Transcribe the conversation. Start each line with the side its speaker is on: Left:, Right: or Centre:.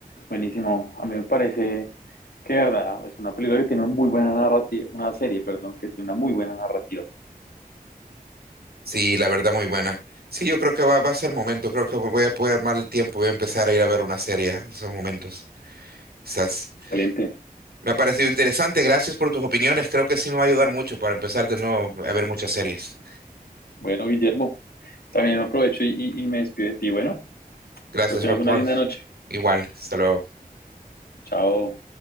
Left: buenísimo. A mí me parece que, de verdad, es una película que tiene una muy buena narrativa, una serie, perdón, que tiene una muy buena narrativa.
Right: Sí, la verdad muy buena. Sí, yo creo que va, va a ser momento, creo que me voy a poder armar el tiempo, voy a empezar a ir a ver una serie en esos momentos. Quizás.
Left: Excelente.
Right: Me ha parecido interesante, gracias por tus opiniones, creo que sí me va a ayudar mucho para empezar de nuevo a ver muchas series.
Left: Bueno, Guillermo, también aprovecho y, y, y me despido de ti. Bueno,
Right: Gracias,
Left: pero tengas
Right: Rock
Left: una
Right: Juan.
Left: linda noche.
Right: Igual, hasta luego.
Left: Chao.